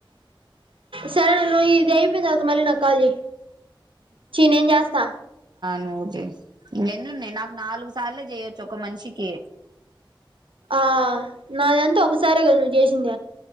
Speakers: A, on the right; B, on the right.
A: సరే నన్ను ఇది అయిపోయిన తర్వాత మళ్ళీ నాక్ కాల్ చేయ్, చీ నేన్ చేస్తా
B: నోట్ జే ఇంగ ఎన్నున్నయ్? నాకు నాలుగు సార్లే చేయొచ్చు ఒక మనిషికి.
A: ఆ నాదంతా ఒకసారే కద నువ్వు చేసింద